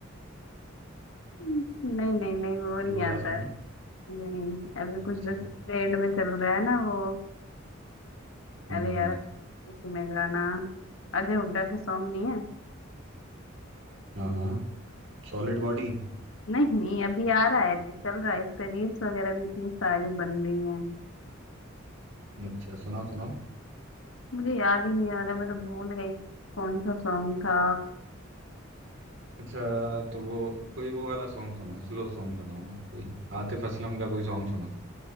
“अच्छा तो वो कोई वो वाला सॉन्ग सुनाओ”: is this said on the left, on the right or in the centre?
Right